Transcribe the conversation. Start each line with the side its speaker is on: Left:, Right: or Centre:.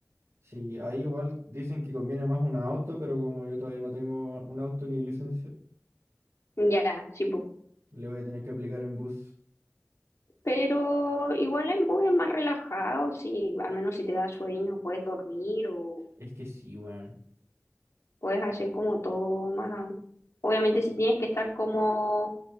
Right: Sí, ahí igual dicen que conviene más un auto, pero como yo todavía no tengo un auto ni licencia,
Left: Ya, sí, po.
Right: le voy a tener que aplicar en bus.
Left: Pero igual en bus es más relajado, sí, al menos si te da sueño, puedes dormir o
Right: Es que sí, weón.
Left: puedes hacer como todo más. Obviamente si tienes que estar como